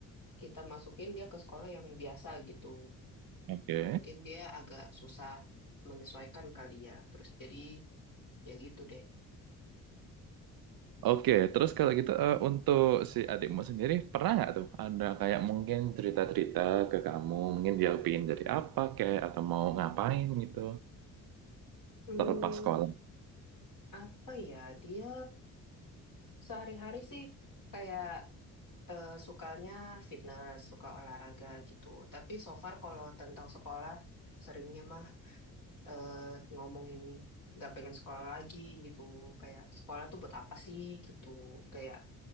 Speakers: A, on the left (about 45°); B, on the right (about 50°).
A: kita masukin dia ke sekolah yang biasa gitu.
B: oke
A: Mungkin dia agak susah menyesuaikan kali ya. Terus jadi ya gitu deh.
B: oke terus kalau gitu eh, untuk si adikmu sendiri pernah nggak tuh ada kayak mungkin cerita-cerita ke kamu mungkin dia pingin dari apa kayak atau mau ngapain gitu
A: Hmm,
B: terlepas sekolah
A: apa ya? Dia sehari-hari sih kayak eh, sukanya fitness, suka olahraga gitu. Tapi so far kalau tentang sekolah, seringnya mah eh, ngomongin nggak pengen sekolah lagi gitu. Kayak sekolah tuh buat apa sih gitu. Kayak